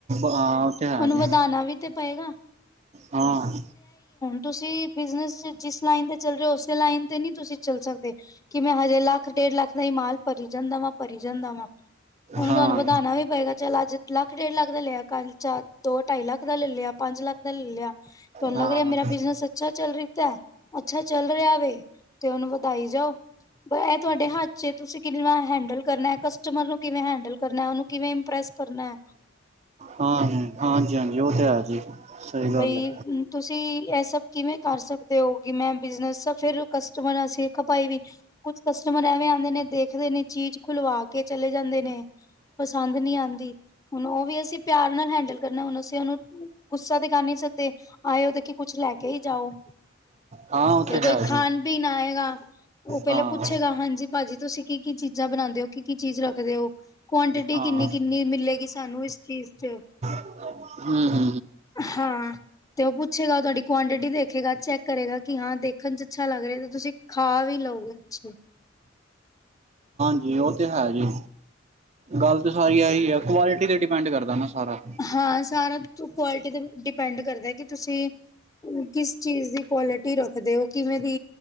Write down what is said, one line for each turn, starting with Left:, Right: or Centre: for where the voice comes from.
Right: ਆਹ ਤੇ
Left: ਉਹਨੂੰ
Right: ਹੀ
Left: ਵਧਾਉਣਾ
Right: ਏ
Left: ਵੀ ਤੇ ਪਏਗਾ
Right: ਹਾਂ‌
Left: ਤੁਸੀ ਬਿਜਨਸ ਚ ਜਿਸ ਲਾਈਨ ਤੇ ਚਲ ਰਹੇ ਹੋ ਉਸੇ ਲਾਈਨ ਤੇ ਨਹੀ ਤੁਸੀ ਚਲ ਸਕਦੇ। ਕਿ ਮੈਂ ਹਜੇ ਲੱਖ ਡੇਢ ਲੱਖ ਦਾ ਹੀ ਮਾਲ ਭਰੀ ਜਾਂਦਾ ਵਾ ਭਰੀ ਜਾਂਦਾ ਵਾਂ। ਉਹਨੂੰ
Right: ਹਾਂ
Left: ਤੁਹਾਨੂੰ ਵਧਾਣਾ ਵੀ ਪਏਗਾ, ਚੱਲ ਅੱਜ। ਲੱਖ ਡੇਢ ਲੱਖ ਦਾ ਲਿਆ ਕਲ ਚਾਰ ਦੋ -ਢਾਈ, ਲੱਖ ਦਾ ਲੈ ਲਿਆ ਪੰਜ- ਲੱਖ, ਦਾ ਲੈ ਲਿਆ। ਤੁਹਾਨੂੰ
Right: ਹਾਂ
Left: ਲੱਗ ਰਿਹਾ ਮੇਰਾ ਬਿਜਨਸ ਅੱਛਾ ਚੱਲ ਰਿ ਤੈ ਅੱਛਾ ਚੱਲ ਰਿਹਾ ਵੇ ਤੇ ਉਹਨੂੰ ਵਧਾਈ ਜਾਓ ਇਹ ਤੁਹਾਡੇ ਹੱਥ ਚ ਏ ਤੁਸੀਂ ਕਿਵੇਂ ਹੈਂਡਲ ਕਰਨੈ ਕਸਟਮਰ ਨੂੰ ਕਿਵੇਂ ਹੈਂਡਲ ਕਰਨੈ ਉਹਨੂੰ ਕਿਵੇਂ ਇੰਪ੍ਰੈਸ ਕਰਨੈ
Right: ਹਾਂ ਹਾਂਜੀ, ਹਾਂਜੀ ਉਹ ਤੇ ਹੈ ਜੀ। ਸਹੀ ਗੱਲ
Left: ਬਈ
Right: ਹੈ
Left: ਤੁਸੀਂ ਇਹ ਸਭ ਕਿਵੇਂ ਕਰ ਸਕਦੇ ਹੋ। ਕਿ ਮੈਂ ਬਿਜਨਸ ਫੇਰ ਕਸਟਮਰ ਸਿੱਖ ਪਾਈ ਵੀ। ਕੁਛ ਕਸਟਮਰ ਐਵੇਂ ਆਂਦੇ ਨੇ ਦੇਖਦੇ ਨੇ ਚੀਜ਼ ਖੁਲਵਾ ਕੇ ਚਲੇ ਜਾਂਦੇ ਨੇ। ਪਸੰਦ ਨੀ ਆਂਦੀ। ਹੁਣ ਉਹ ਵੀ ਅਸੀਂ ਪਿਆਰ ਨਾਲ ਹੈਂਡਲ ਕਰਨਾ ਹੁਣ ਅਸੀਂ ਉਹਨੂੰ ਗੁੱਸਾ ਤੇ ਕਰ ਨੀ ਸਕਦੇ। ਆਏ ਉਹਦੇ ਕੀ ਕੁਛ ਲੈ ਕੇ ਹੀ ਜਾਓ
Right: ਹਾਂ ਉਹ ਤੇ
Left: ਜਾਂ ਕੋਈ
Right: ਹੈ
Left: ਖਾਣ
Right: ਜੀ
Left: ਪੀਣ ਆਏਗਾ। ਉਹ ਪਹਿਲੇ
Right: ਹਾਂ
Left: ਪੁੱਛੇਗਾ ਹਾਂਜੀ ਭਾਜੀ ਤੁਸੀਂ ਕੀ ਕੀ ਚੀਜ਼ਾਂ ਬਣਾਂਦੇ ਹੋ ਕੀ ਕੀ ਚੀਜ਼ ਰੱਖਦੇ ਹੋ। ਕੁਆਂਟਿਟੀ
Right: ਹਾਂ
Left: ਕਿੰਨੀ-ਕਿੰਨੀ ਮਿਲੇਗੀ ਸਾਨੂੰ ਇਸ ਚੀਜ਼ ਚ।
Right: ਹੂੰ,
Left: ਹਾਂ ਤੇ ਉਹ ਪੁੱਛੇਗਾ ਉਹ ਤੁਹਾਡੀ ਕੁਆਂਆਂਟਿਟੀ ਦੇਖੇਗਾ ਚੈੱਕ ਕਰੇਗਾ। ਕਿ ਹਾਂ ਦੇਖਣ ਚ ਅੱਛਾ ਲੱਗ ਰਿਹਾ ਤੇ ਤੁਸੀਂ ਖਾ ਵੀ ਲਓਗੇ ਤੁਸੀਂ।
Right: ਜੀ ਉਹ ਤੇ ਹੈ ਜੀ ਗੱਲ ਤੇ ਸਾਰੀ ਆਹੀ ਆ ਕੁਆਲਿਟੀ ਤੇ ਡਿਪੈਂਡ ਕਰਦਾ ਨਾ ਸਾਰਾ
Left: ਹਾਂ ਸਾਰਾ ਕੁਆਲਿਟੀ ਤੇ ਡਿਪੈਂਡ ਕਰਦਾ ਕਿ ਤੁਸੀਂ ਕਿਸ ਚੀਜ਼ ਦੀ ਕੁਆਲਿਟੀ ਰੱਖਦੇ ਹੋ ਕਿਵੇਂ ਦੀ